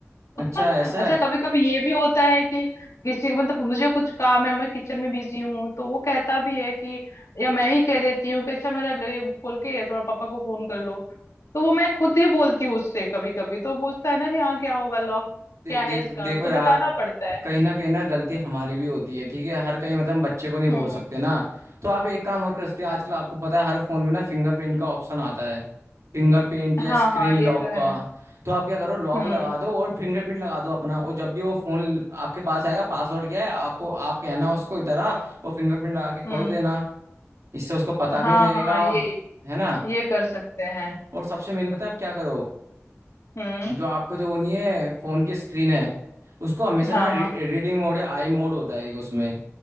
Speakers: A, on the right (about 80°); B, on the left (about 80°).
A: अच्छा
B: <laughs>
A: ऐसा
B: अच्छा
A: है
B: कभी कभी ये भी होता है कि किसी को मतलब मुझे कुछ काम है और मैं किचन में बिजी हूँ तो वो कहता भी है कि या मैं ही कह देती हूँ कि अच्छा मेरा लो ये खोल के थोड़ा पापा को फोन कर लो तो वो मैं खुद ही बोलती हूँ उससे कभी कभी तो वो पूछता है ना कि हाँ क्या होगा लॉक
A: दे,
B: क्या
A: देख
B: है इसका
A: देखो
B: तो
A: यार
B: बताना पड़ता है
A: कहीं ना कहीं ना गलती हमारी भी होती है ठीक है हर कहीं मतलब हम बच्चे को नहीं बोल
B: हम्म
A: सकते ना तो आप एक काम और कर सकते हैं आजकल आपको पता है हर फोन में ना फिंगरप्रिंट का ऑप्शन आता है फिंगरप्रिंट या
B: हाँ
A: स्क्रीन
B: हाँ ये
A: लॉक
B: तो है
A: का तो आप क्या करो लॉक
B: हम्म
A: लगा दो और फिंगरप्रिंट लगा दो अपना और जब भी वो फोन आपके पास आएगा पासवर्ड क्या है आपको आप कहना उसको इधर आ, वो फिंगरप्रिंट लगा के खोल
B: हम्म
A: देना इससे उसको पता
B: हाँ
A: भी नहीं लगेगा
B: हाँ ये
A: है ना
B: ये कर सकते हैं
A: और सबसे मेन पता है आप क्या करो
B: हम्म
A: जो आपका जो वो नहीं है फोन की स्क्रीन है उसको हमेशा
B: हाँ
A: ना री, रीडिंग मोड या आई मोड होता है एक उसमें